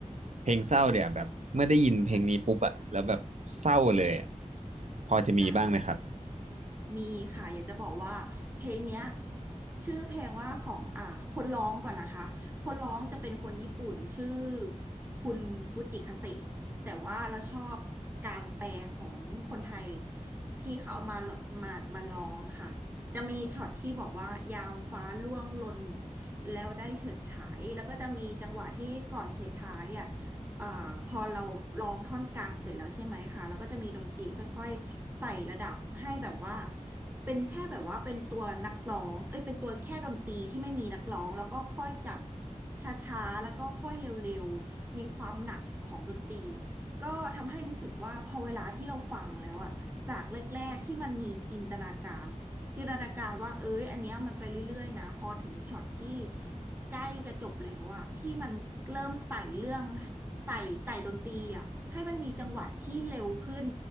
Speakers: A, on the right; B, on the right.
A: เพลงเศร้าเดี๋ยวแบบเมื่อได้ยินเพลงนี้ปุ๊บอะแล้วแบบเศร้าเลยอะ
B: ค่ะ
A: พอจะมีบ้างไหมครับ
B: อ่า มีค่ะอยากจะบอกว่าเพลงเนี้ยชื่อเพลงว่าของอ่าคนร้องก่อนนะคะคนร้องจะเป็นคนญี่ปุ่นชื่อคุณฟูจิคาเซะแต่ว่าเราชอบการแปลของคนไทยที่เขาเอามามามาร้องค่ะจะมีช็อตที่บอกว่ายามฟ้าร่วงหล่นแล้วได้เฉิดฉายแล้วก็จะมีจังหวะที่ก่อนเฉิดฉายอ่ะ อ่าพอเราร้องท่อนกลางเสร็จแล้วใช่ไหมคะแล้วก็จะมีดนตรีค่อยๆไต่ระดับให้แบบว่าเป็นแค่แบบว่าเป็นตัวนักร้องเอ้ยเป็นตัวแค่ดนตรีที่ไม่มีนักร้องแล้วก็ค่อยจากช้าๆแล้วก็ค่อยเร็วๆมีความหนักของดนตรีก็ทำให้รู้สึกว่าพอเวลาที่เราฟังแล้วอะจากแรกๆที่มันมีจินตนาการ จินตนาการว่าเอ้ยอันเนี้ยมันไปเรื่อยๆนะพอถึงช็อตที่ใกล้จะจบแล้วอะที่มันเริ่มไต่เรื่องไต่ไต่ดนตรีอะให้มันมีจังหวะที่เร็วขึ้น